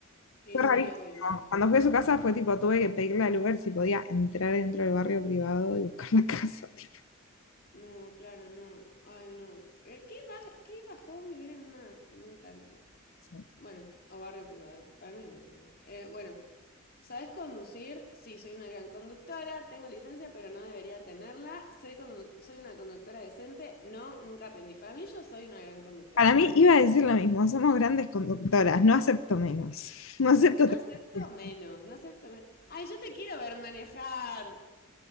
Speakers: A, on the left; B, on the left.
A: Y
B: Fue
A: sí,
B: rarísimo.
A: obvio, ¿no?
B: Cuando fui a su casa fue tipo, tuve que pedirle al Uber si podía entrar dentro del barrio privado y buscar la casa. <laughs> tipo,
A: No, claro, no. Ay, no. Eh, ¿Qué, baj- qué bajón vivir en una, en un country?
B: sí.
A: Bueno, o barrio privado. Para mí es lo mismo igual. Eh, bueno, ¿sabes conducir? Sí, soy una gran conductora. Tengo licencia, pero no debería tenerla. Soy, condu- soy una conductora decente. No, nunca aprendí. Para mí yo soy una gran conductora.
B: Para mí iba a decir lo mismo, somos grandes conductoras, no acepto menos. <laughs> No acepto
A: No
B: otra
A: acepto
B: respuesta.
A: menos, no acepto menos. Ay, yo te quiero ver manejar.